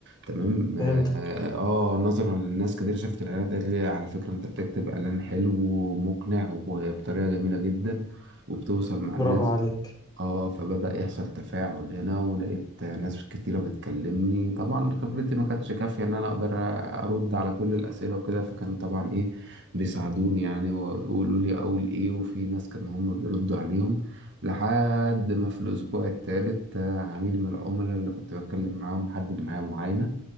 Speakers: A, on the right (about 55°); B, on the left (about 20°).
A: تمام آه
B: فهمتك
A: آه، نظرا للناس كتير شافت الإعلانات قالت لي على فكرة أنت بتكتب إعلان حلو ومقنع وبطريقة جميلة جدا وبتوصل مع الناس
B: برافو عليك
A: اه فبدأ يحصل تفاعل هنا ولقيت ناس كتيرة بتكلمني طبعا خبرتي ما كانتش كافية ان انا اقدر ارد على كل الاسئلة وكده فكان طبعا ايه بيساعدوني يعني ويقولوا لي اقول ايه وفي ناس كانوا هم بيردوا عليهم لحد ما في الاسبوع الثالث آه، عميل من العملاء اللي كنت بتكلم معاهم حدد معايا معاينة